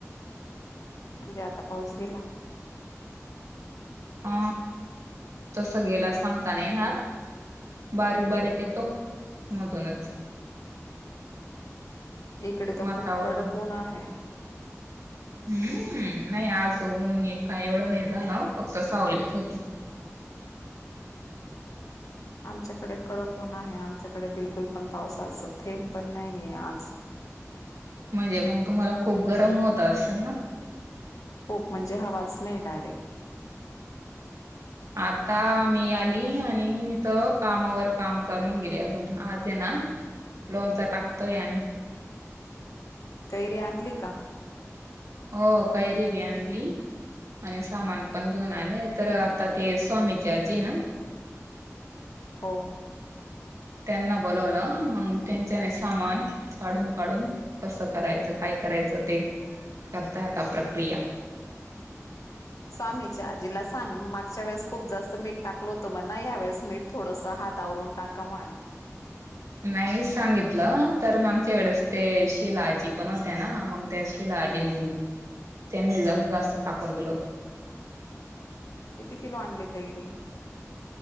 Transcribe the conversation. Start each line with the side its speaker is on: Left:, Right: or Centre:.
Left: म्हणजे आता पाऊस गेला?
Right: अ.. तस गेला‌ सांगताना नाही येणार बारीक- बारीक येतो मधूनच
Left: इकडे तर
Right: वातावरण
Left: खूप कडक ऊन आहे.
Right: हम्म... नाही आज ऊन ए -का एवढं नाही झालं फक्त सावलीच होती.
Left: <inaudible> आमच्याकडे कडक ऊन आहे आमच्याकडे बिलकुल पण पावसाच थेंब पण नाहीये आज.
Right: म्हणजे मग तुम्हाला खूप गरम होत असेल ना?
Left: खूप म्हणजे हवाच नाही डायरेक्ट
Right: आता मी आली आणि इथ कामावर काम चालून गेली अजून आजयेना लोणचं टाकतोय आम्ही
Left: कैरी आणली का?
Right: हो कैरी बी आणली. आणि सामान पण घेऊन आले तर आता ते स्वामीची आजी आहे ना
Left: हो
Right: त्यांना बोलवलं मग त्यांच्यानेच सामान काढून- काढून कसं करायचं काय करायचं ते <inaudible> करताय आता प्रक्रिया.
Left: <inaudible> स्वामीच्या आजीला सांग मागच्या वेळेस खूप जास्त मीठ टाकल होतो म -ना या वेळेस मीठ थोडस ह हात आवरून टाका म्हणा.
Right: नाही सांगितलं तर मागच्या वेळेस ते शिलाआजी पण होत्या ना मग त्या शिला शिलाआजीन त्यांनी जात -जास्त टाकून दिल होत.
Left: किती किलो आणले कैरी?